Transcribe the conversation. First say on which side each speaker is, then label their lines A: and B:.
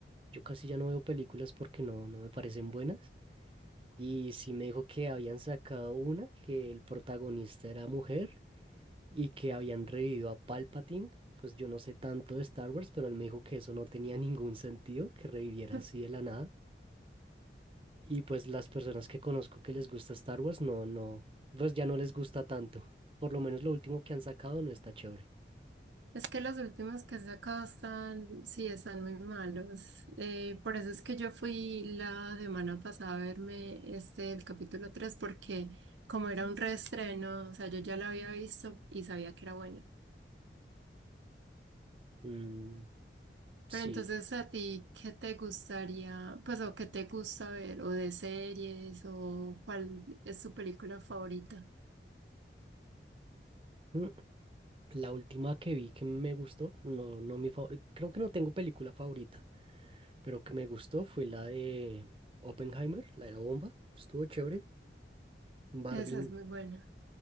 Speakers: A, on the right; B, on the right.
A: yo casi ya no veo películas porque no, no me parecen buenas. Y sí me dijo que habían sacado una que el protagonista era mujer y que habían revivido a Palpatine. Pues yo no sé tanto de Star Wars, pero él me dijo que eso no tenía ningún sentido, que reviviera
B: <laughs>
A: así de la nada. Y pues las personas que conozco que les gusta Star Wars, no, no, pues ya no les gusta tanto. Por lo menos lo último que han sacado no está chévere.
B: Es que los últimos que he sacado están, sí, están muy malos. Eh, por eso es que yo fui la semana pasada a verme este, el capítulo 3 porque como era un reestreno, o sea, yo ya lo había visto y sabía que era bueno.
A: Mm, sí.
B: Pero entonces, ¿a ti qué te gustaría, pues, o qué te gusta ver, o de series, o cuál es tu película favorita?
A: Mm, La última que vi que me gustó, no, no mi favorita, creo que no tengo película favorita, pero que me gustó fue la de Oppenheimer, la de la bomba. Estuvo chévere. Barbie
B: Esa es muy buena.